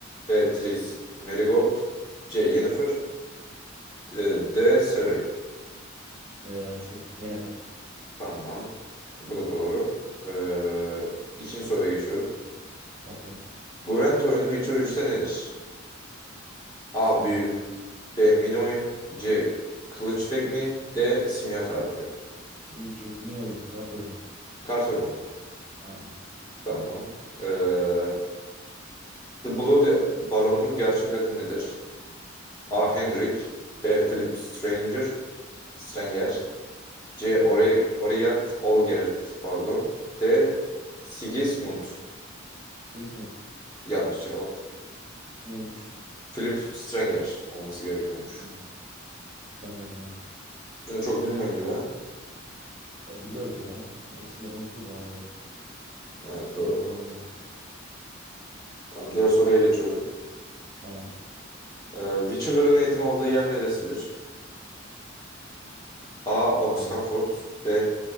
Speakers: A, on the left; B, on the right.
A: Beatrice, Marigold, C. Yennefer, e, D. Siri.
B: Ee, şey. Yennefer.
A: Tamam. Bu da doğru. Ee, ikinci soruya geçiyorum.
B: Okey.
A: Gwent oyunu Witcher üçte nedir? A.
B: Tamam.
A: Büyü B. Min oyun C. Kılıç tekniği D. Simya tarifi.
B: Mi- Şey. Mini oyun. Kart oyunu.
A: Kart oyunu mu?
B: Aynen.
A: Tamam. Ee, The Bloody Baron'un gerçek adı nedir? A.
B: Tamam.
A: Hendrik B. Philip Stranger Stranger C. Ori
B: Tamam.
A: Origeld Olgerd pardon D. Sigismund
B: Sigismund.
A: Yanlış cevap.
B: Neymiş?
A: Philip Strenger olması gerekiyormuş.
B: Aa, hatırlamıyordum ya.
A: Sen de çok bilmiyorsun gibi. ha?
B: Ya biliyoruz ya. Ama isimleri unuturuz normal olarak.
A: Evet doğru.
B: Bayağı oldu oynamaya.
A: Tamam diğer soruya geçiyorum.
B: Tamam.
A: Ee, Witcher'ların eğitim aldığı yer neresidir? A. Oxenford
B: Tamam.
A: B.